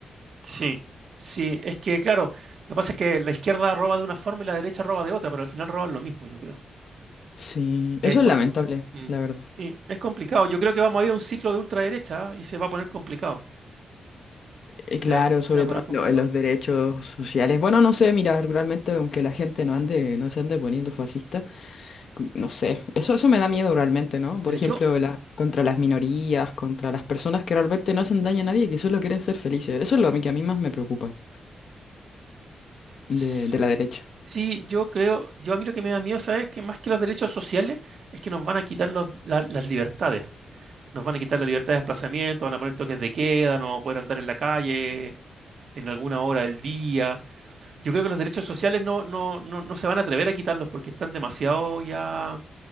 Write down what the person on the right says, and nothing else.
sí, sí. Es que, claro, lo que pasa es que la izquierda roba de una forma y la derecha roba de otra, pero al final roban lo mismo, yo creo.
Es, co-
Mm.
Sí, es complicado. Yo creo que vamos a ir a un ciclo de ultraderecha ¿ah? y se va a poner complicado.
Se va,
se va a
poner
complicado.
Mira,
yo
s-
sí, yo creo, yo a mí lo que me da miedo, ¿sabes? Que más que los derechos sociales es que nos van a quitar los- la- las libertades. nos van a quitar la libertad de desplazamiento, van a poner toques de queda, no vamos a poder andar en la calle en alguna hora del día. Yo creo que los derechos sociales no, no, no, no se van a atrever a quitarlos porque están demasiado ya